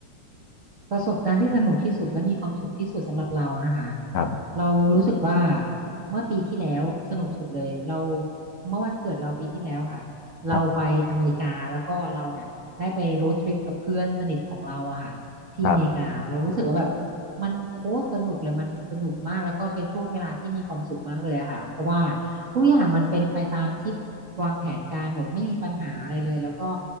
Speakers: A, on the right (about 75°); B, on the left (about 70°).
A: ประสบการณ์ที่สนุกที่สุดและมีความสุขที่สุดสำหรับเรานะคะ
B: ครับ
A: เรารู้สึกว่าเมื่อปีที่แล้วสนุกสุดเลยเราเมื่อวันเกิดเราปีที่แล้วค่ะเราไปอเมริกาแล้วก็เราเนี่ยได้ไปโรดทริปกับเพื่อนสนิทของเราอะค่ะที่อเมริกาเรารู้สึกว่าแบบ
B: ครับ
A: มันโคตรสนุกเลยมันสนุกมากแล้วก็เป็นช่วงเวลาที่มีความสุขมากเลยอะค่ะเพราะว่าทุกอย่างมันเป็นไปตามที่วางแผนการหมดไม่มีปัญหาอะไรเลยแล้วก็